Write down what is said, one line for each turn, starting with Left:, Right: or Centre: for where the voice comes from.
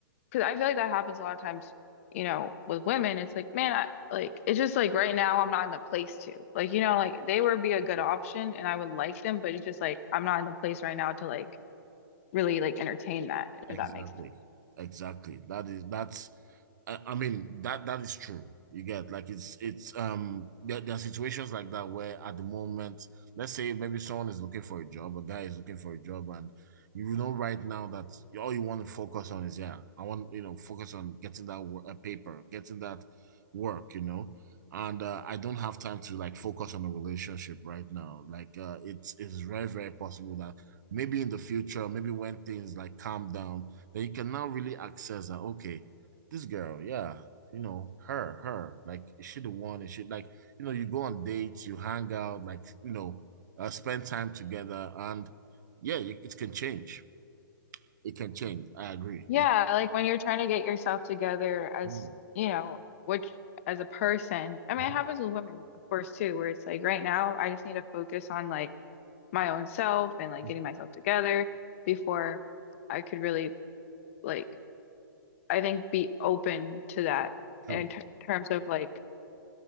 Left: because I feel like that happens a lot of times, you know, with women. It's like, man, I like it's just like right now I'm not in the place to. Like, you know, like they would be a good option and I would like them, but it's just like I'm not in the place right now to like really like entertain that,
Right: Exactly.
Left: if that makes sense.
Right: Exactly. That is that's I I mean that that is true. You get like it's it's um there, there are situations like that where at the moment, let's say maybe someone is looking for a job, a guy is looking for a job, and you know right now that all you want to focus on is yeah, I want you know focus on getting that work, a paper, getting that work, you know, and uh, I don't have time to like focus on a relationship right now. Like uh, it's it's very very possible that maybe in the future, maybe when things like calm down, then you can now really access that, okay, this girl, yeah, you know, her, her, like, is she the one? And she, like, you know, you go on dates, you hang out, like, you know, uh, spend time together. And yeah, you, it can change. It can change. I agree.
Left: Yeah,
Right: You know?
Left: like when you're trying to get yourself together as,
Right: Mm,
Left: you know, which as a person, I mean,
Right: mhm,
Left: it happens with women, of course, too, where it's like right now, I just need to focus on like my own self and like
Right: mhm.
Left: getting myself together before I could really like, I think be open to that
Right: True.
Left: in ter terms of like